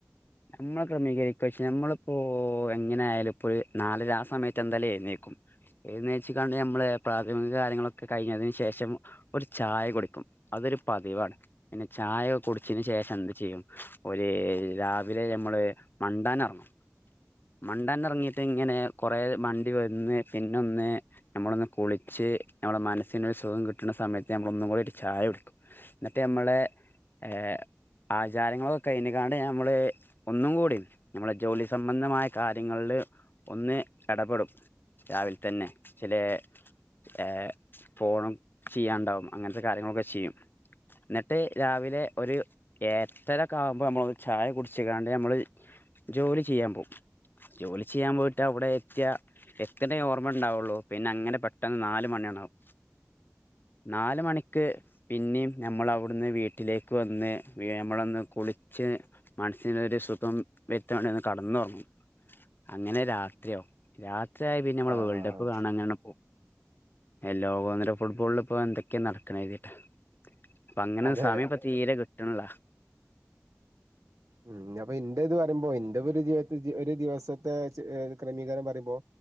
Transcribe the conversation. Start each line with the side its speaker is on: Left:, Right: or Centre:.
Left: നമ്മൾ ക്രമീകരിക്കും പക്ഷെ നമ്മളിപ്പോ എങ്ങനെ ആയാലും ഇപ്പോ ഒരു നാലര ആ സമയത്ത് എന്തായാലും എഴുന്നേൽക്കും എഴ്‌ന്നേച്ച്ക്കാണ്ട് നമ്മള് പ്രാഥമിക കാര്യങ്ങളൊക്കെ കഴിഞ്ഞതിന് ശേഷം ഒരു ചായ കുടിക്കും അതൊരു പതിവാണ് പിന്നെ ചായ കുടിച്ചതിന് ശേഷം എന്ത് ചെയ്യും ഒര് രാ- പിന്നെ നമ്മള് മണ്ടാൻ എറങ്ങും മണ്ടാൻ എറങ്ങിട്ട് ഇങ്ങനെ കൊറേ മണ്ടി വന്ന് പിനൊന്ന് നമ്മളൊന്ന് കുളിച്ച് നമ്മടെ മനസ്സിന് ഒരു സുഖം കിട്ടണ സമയത്ത് നമ്മള് ഒന്നും കൂടി ഒരു ചായ കുടിക്കും എന്നിട്ട് നമ്മളെ എ ഹേ ആചാരങ്ങളൊക്കെ കഴിഞ്ഞിങ്ങാണ്ട് ഞമ്മള് ഒന്നും കൂടി നമ്മളെ ജോലി സംബന്ധമായ- കാര്യങ്ങൾല് ഒന്ന് എടപെടും രാവിൽ തന്നെ ചിലേ- ഏ ഫോണും ചെയ്യാൻ ഇണ്ടാവും അങ്ങനത്തെ കാര്യങ്ങളൊക്കെ ചെയ്യും. എന്നിട്ട് രാവിലെ ഒരു എട്ടരൊക്കെ ആവുമ്പോ നമ്മൾ ഒരു ചായ കുടിച്ചിക്കാണ്ട് നമ്മള് ജോലി ചെയ്യാൻ പോകും. ജോലി ചെയ്യാൻ പോയിട്ട് അവിടെ എത്തിയ എത്തിയതേ ഓർമ്മ ഉണ്ടാവുള്ളൂ പിന്നെ അങ്ങനെ പെട്ടെന്ന് നാല് മണിയണ്ടാവും നാല് മണിക്ക് പിനേം ഞമ്മളവ്ട്ന്ന് വീട്ടിലേക്ക് വന്ന് വെ നമ്മളൊന്ന് കുളിച്ച് മനസ്സിന് ഒരു സുഖം വെരുത്താൻ വേണ്ടി ഒന്ന് കടന്നൊറങ്ങും അങ്ങനെ രാത്രിയാവും രാത്രിയായ പിന്നെ നമ്മള്
Right: ആഹ്
Left: വേൾഡ്
Right: ആഹ്
Left: കപ്പ് കാണാൻ അങ്ങനെ പോകും ഏഹ് ലോകോന്നര ഫുട്ബോളില് ഇപ്പൊ എന്തൊക്കെയാ നടക്കണ്ന്ന് കര്തീട്ടാ അപ്പ അങ്ങനെ
Right: അതെ
Left: സമയം ഇപ്പോ തീരെ കിട്ടണില്ലാ
Right: ഉം അപ്പൊ ഇന്റെ ഇത് പറയുമ്പോ ഇന്റെ ഒരു ജീവിത ഒരു ദിവസത്തെ ചെ ഏഹ് ക്രമീകരണം പറയുമ്പോ